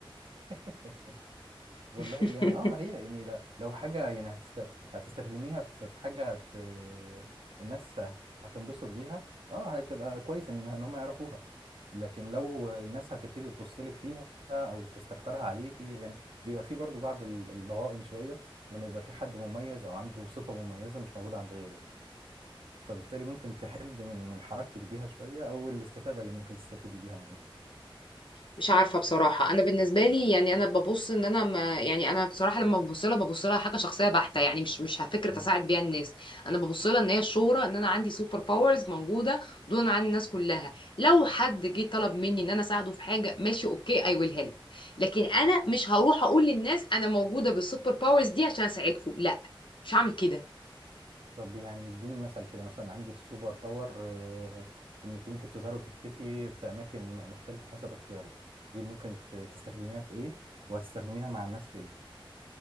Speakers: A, on the right; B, on the left.
A: <laughs> والله
B: <laughs>
A: يعني اه ما هي يعني لا- لو حاجة يعني هتست... هتستخدميها في في حاجة هت... الناس هتنبسط بيها اه هتبقى كويس ان ان هم يعرفوها لكن لو الناس هتبتدي تبص لك فيها او تستكترها عليكي يعني بيبقى في برضو بعض ال- الضغائن شوية لما يبقى في حد مميز او عنده صفة مميزة مش موجودة عند غيره فبالتالي ممكن تحد من من حركتك بيها شوية او الاستفادة اللي ممكن تستفيدي بيها
B: مش عارفة بصراحة أنا بالنسبة لي يعني أنا ببص إن أنا ما يعني أنا بصراحة لما ببص لها ببص لها حاجة شخصية بحتة يعني مش مش فكرة
A: منها
B: أساعد بيها الناس أنا ببص لها إن هي الشهرة إن أنا عندي سوبر باورز موجودة دون عن الناس كلها لو حد جه طلب مني إن أنا أساعده في حاجة ماشي أوكي أي ويل هيلب لكن أنا مش هروح أقول للناس أنا موجودة بالسوبر باورز دي عشان أساعدكم لا مش هعمل كده
A: طب يعني اديني مثل كده مثلا عندك سوبر باور آه، انك انت بتظهري وتختفي في اماكن مختلفة حسب اختيارك دي ممكن ت- تستخدميها في ايه وهتستخدميها مع الناس في ايه